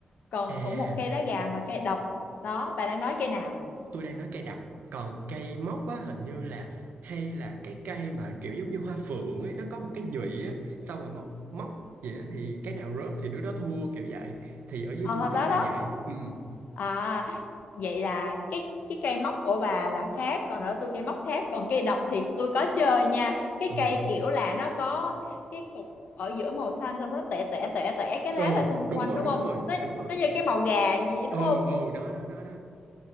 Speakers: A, on the left; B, on the right.
A: còn
B: À.
A: cũng một cây đá gà và cây đập đó bà đang nói cây nào
B: tôi đang nói cây đập còn cây móc á hình như là hay là cái cây mà kiểu giống như hoa phượng ấy nó có một cái nhụy á xong rồi móc móc vậy á thì cái nào rớt thì đứa đó thua kiểu vậy thì ở dưới
A: ờ
B: tôi nó
A: đó
B: là
A: đó
B: vậy ừ
A: à vậy là cái cái cây móc của bà là khác còn ở tôi cây móc khác còn cây độc thì tôi có chơi nha cái
B: ồ
A: cây kiểu là nó có cái cục ở giữa màu xanh xong nó tẻ tẻ tẻ tẻ cái lá
B: ừ
A: ra xung
B: đúng
A: quanh
B: rồi
A: đúng
B: đúng
A: không
B: rồi
A: nó
B: đúng rồi
A: nó như cái màu gà gì đúng
B: ừ
A: không
B: ừ nó đó nó đó